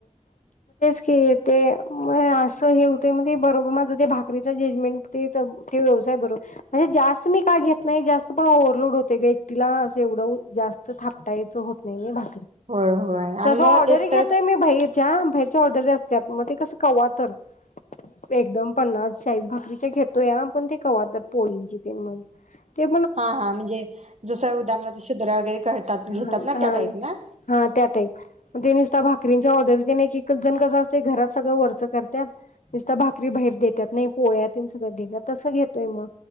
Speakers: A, on the left; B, on the right.
A: कि ते म असं हे होतय म ते बरोबर माझं ते भा <unintelligible> जेजमेंट ते ते व्यवसाय बर म्हणजे जास्त मी का घेत नाय जास्त पण ओव्हरलोड होतय ग एकटीला अस एवढं जास्त थापटायचं होत नाही नय भा
B: होय होय आणि
A: तस
B: मग
A: ऑर्डर
B: एकटंच
A: घेतोय मी भाईर त्या बाहेरच्या ऑर्डरी असत्यात मग ते कस कवा तर एकदम पन्नास <unintelligible> भाकरीच्या घेत तो याहा पण ते कवा पण पोळींजिते मंग ते
B: हा हा म्हणजे जसं उदाहरणार्थ शिद्रा वगैरे करतात घेतात
A: ह
B: ना
A: हा
B: त्या टाईप ना
A: हा त्या टाईप पण ते नुसता भा भाकरींचा ऑर्डर किनई एकच जण कस असते घरात सगळं वरच करत्यात निसत भाकरी बाहेर देत्यात नाही पोळ्या तेनं सगळं देत्यात तसं घेतोय म